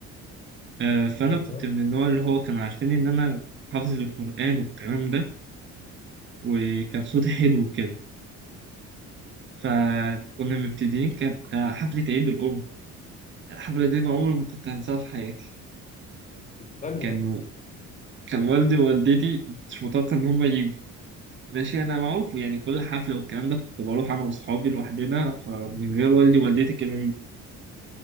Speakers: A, on the right (about 40°); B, on the left (about 25°).
A: آه فانا
B: ايوه
A: كنت من النوع اللي هو كانوا عارفين ان انا حافظ القران والكلام ده وكان صوتي حلو وكده فكنا مبتدئين كانت آه، حفله عيد الام الحفله دي انا عمري ما كنت هنساها في حياتي
B: استنى
A: كان
B: بقى.
A: كان والدي ووالدتي مش متوقع ان هم يجوا ماشي انا معروف يعني كل حفله والكلام ده كنت بروح انا واصحابي لوحدنا فمن غير والدي ووالدتي كمان